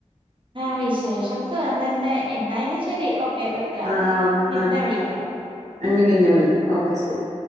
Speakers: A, on the right; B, on the right.
A: ആഹ് വിശേഷം സുഖം തന്നെ എന്തായാലും ശരി ഓക്കെ വെക്കുവ
B: ആഹ് ഓക്കെ
A: പിന്നെ വിളിക്കാം
B: ആഹ് ഇഞ് പിന്നെ വിളിക്കാം ഓക്കെ ശരി